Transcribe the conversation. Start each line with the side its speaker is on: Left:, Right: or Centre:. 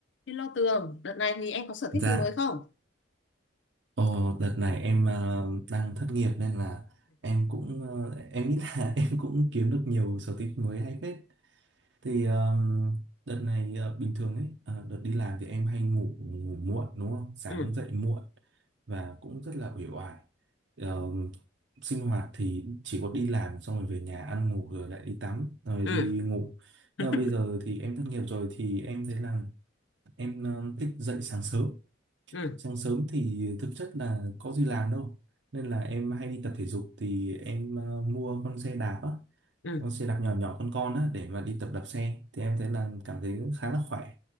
Left: Hello Tường, đợt này thì em có sở
Right: Dạ,
Left: thích gì mới không?
Right: ờ, đợt này em ờ, đang thất nghiệp nên là em cũng ờ, em nghĩ là <laughs> em cũng kiếm được nhiều sở thích mới hay phết. Thì ờ, đợt này ờ, bình thường ấy, ờ, đợt đi làm thì em hay ngủ ngủ muộn đúng không? Sáng
Left: ừ
Right: dậy muộn và cũng rất là uể oải. Ờ, sinh hoạt thì chỉ có đi làm xong rồi về nhà ăn ngủ rồi lại đi tắm rồi
Left: ừ
Right: đi ngủ.
Left: <laughs>
Right: Nhưng mà bây giờ thì em thất nghiệp rồi thì em thấy là em ờ, thích dậy sáng sớm
Left: ừ
Right: sáng sớm thì thực chất là có gì làm đâu nên là em hay đi tập thể dục thì em ờ, mua con xe đạp á
Left: ừ
Right: con xe đạp nhỏ nhỏ con con á để mà đi tập đạp xe thì em thấy là cảm thấy cũng khá là khỏe